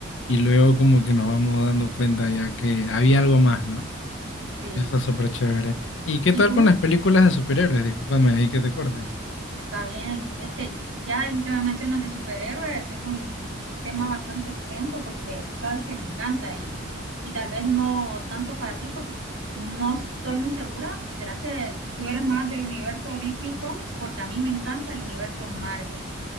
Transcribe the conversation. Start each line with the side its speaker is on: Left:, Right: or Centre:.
Left: Y luego como que nos vamos dando cuenta ya que había algo más, ¿no?
Right: Sí.
Left: Y eso está súper chévere. ¿Y qué
Right: ¿Y
Left: tal
Right: tú
Left: con las películas de superhéroes? Discúlpame ahí que te corte.
Right: Está bien, es que ya el que me mencionas de superhéroes es un tema bastante extenso porque tú sabes que me encanta y, y tal vez no tanto para ti porque no estoy muy segura. ¿Será que tú eres más del universo DC Comics? Porque a mí me encanta el universo Marvel.